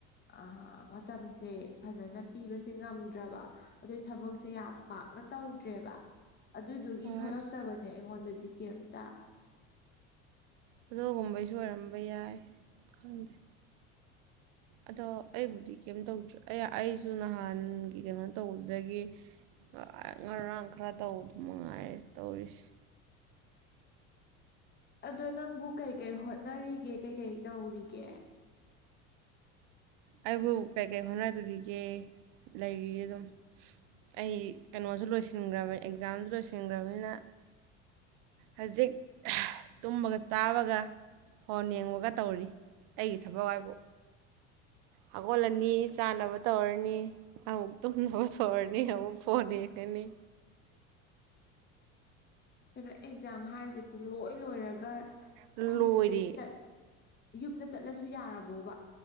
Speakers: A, on the left; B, on the right.
A: ꯑꯥ ꯃꯇꯝꯁꯦ ꯐꯖꯅ ꯄꯤꯕꯁꯦ ꯉꯝꯗ꯭ꯔꯕ ꯑꯗꯨꯏ ꯊꯕꯛꯁꯦ ꯁꯦ ꯌꯥꯝ ꯄꯥꯛꯅ ꯇꯧꯗ꯭ꯔꯦꯕ ꯑꯗꯨꯗꯨꯒꯤ
B: ꯍꯣꯏ
A: ꯊꯣꯛꯂꯛꯇꯕꯅꯦ ꯑꯩꯉꯣꯟꯗ ꯗꯤꯀꯦꯝꯇ
B: ꯑꯗꯨꯒꯨꯝꯕꯩꯁꯨ ꯑꯣꯏꯔꯝꯕ ꯌꯥꯏ ꯈꯪꯗꯦ ꯑꯗꯣ ꯑꯩꯕꯨꯗꯤ ꯀꯩꯝ ꯇꯧꯗ꯭ꯔꯤ ꯑꯩ ꯑꯩꯁꯨ ꯅꯍꯥꯟꯒꯤ ꯀꯩꯅꯣ ꯇꯧꯕꯗꯒꯤ ꯉ ꯉꯔꯥꯡ ꯈꯔ ꯇꯧꯕꯗꯨ ꯃꯉꯥꯏꯔꯦ ꯇꯧꯔꯤꯁꯦ
A: ꯑꯗꯣ ꯅꯪꯕꯨ ꯀꯩꯀꯩ ꯍꯣꯠꯅꯔꯤꯒꯦ ꯀꯩꯀꯩ ꯇꯧꯔꯤꯒꯦ
B: ꯑꯩꯕꯨ ꯀꯩꯀꯩ ꯍꯣꯠꯅꯗꯣꯔꯤꯒꯦ ꯂꯩꯔꯤ ꯑꯗꯨꯝ ꯑꯩ ꯀꯩꯅꯣꯁꯨ ꯂꯣꯏꯁꯤꯟꯈ꯭ꯔꯕꯅꯤ ꯑꯦꯛꯖꯥꯝꯁꯨ ꯂꯣꯏꯁꯤꯟꯈ꯭ꯔꯕꯅꯤꯅ ꯍꯧꯖꯤꯛ ꯇꯨꯝꯕꯒ ꯆꯥꯕꯒ ꯐꯣꯟ ꯌꯦꯡꯕꯒ ꯇꯧꯔꯤ ꯑꯩꯒꯤ ꯊꯕꯛ ꯍꯥꯏꯕꯨ ꯍꯧꯒꯜꯂꯅꯤ ꯆꯥꯅꯕ ꯇꯧꯔꯅꯤ ꯑꯃꯨꯛ ꯇꯨꯝꯅꯕ ꯇꯧꯔꯅꯤ ꯑꯃꯨꯛ ꯐꯣꯟ ꯌꯦꯡꯒꯅꯤ
A: ꯀꯩꯅꯣ ꯑꯦꯛꯖꯥꯝ ꯍꯥꯏꯔꯤꯁꯦ ꯄꯨꯡꯂꯣꯏ ꯂꯣꯏꯔꯒ
B: ꯂꯣꯏꯔꯦ
A: ꯍꯧꯖꯤꯛꯁꯦ ꯆꯠ ꯌꯨꯝꯗ ꯆꯠꯂꯁꯨ ꯌꯥꯔꯕꯣꯕ